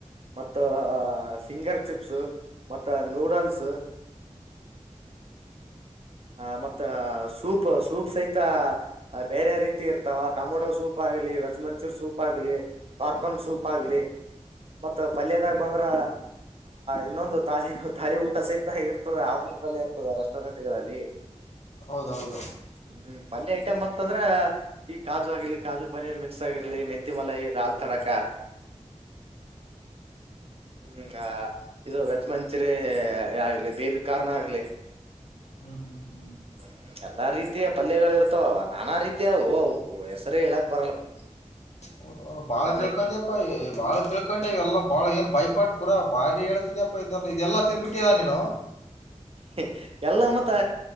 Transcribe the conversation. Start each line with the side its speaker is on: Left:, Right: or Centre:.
Right: ಮತ್ತ ಫಿಂಗರ್ ಚಿಪ್ಸು ಮತ್ತ ನೂಡಲ್ಸ್. ಹ ಮತ್ತ ಸೂಪ್ ಸೂಪ್ ಸಹಿತ ಬೇರೆ ರೀತಿ ಇರ್ತಾವ ಟೊಮೊಟೊ ಸೂಪ್ ಸೂಪ್ ಆಗಲಿ ವೆಜ್ ಮಂಚೂರ್ ಸೂಪ್ ಆಗ್ಲಿ ಕಾರ್ಕನ್ ಸೂಪ್ ಆಗಲಿ. ಮತ್ತ ಪಲ್ಯದಾಗ ಬಂದ್ರ ಇನ್ನೊಂದು ತಾಳಿ ತಾಳಿ ಊಟ ಸಹಿತ ಇರ್ತದೆ ಅವನ. ಇರ್ತದೆ ರೆಸ್ಟೋರೆಂಟ್ಗಳಲ್ಲಿ
Left: ಹೌದೌದು
Right: ಹ್ಮ್ಮ್ ಪಲ್ಯ ಐಟಮ್ ಮತ್ತಂದ್ರ ಈ ಕಾಜು ಆಗಿರ್ಲಿ ಕಾಜು ಪನೀರ್ ಮಿಕ್ಸ್ ಆಗಿರ್ಲಿ ಮೆಂತಿ ಮಲೈ ದಾಲ್ ತಡಕ. ಹ್ಮ್ ಇದು ವೆಜ್ ಮಂಚೂರಿ ಆಗ್ಲಿ ಬೇಬಿ ಕಾರ್ನ್ ಆಗ್ಲಿ.
Left: ಹ್ಮ್ ಹ್ಮ್ ಹ್ಮ್
Right: ಹ್ಮ ಎಲ್ಲಾ ರೀತಿಯ ಪಲ್ಯಗಳು ಇರ್ತವ ಅವ. ನಾನಾ ರೀತಿ ಅವೋ ಹೆಸರು ಹೇಳಕ್ ಬರಲ್ಲಪ್ಪ.
Left: ಓ ಬಾಳ್
Right: ಅಲ್ಲಣ
Left: ತಿಳ್ಕೊಂಡಿಯಪ್ಪ
Right: ಈಗ
Left: ಈ ಬಾಳ್ ತಿಳ್ಕೊಂಡಿ ಎಲ್ಲ ಬಾಳ ಏನ್ ಭಯಪಟ್ಟ ಕೂಾ ಬಾರಿ ಹೇಳ್ತಿದಪ್ಪ ಇದೆಲ್ಲ ಇದೆಲ್ಲಾ ತಿಂದ್ಬಿತಟಿಯಲ್ಲ ನೀನು
Right: ಹೈ ಎಲ್ಲ ಮತ್ ತ್ತ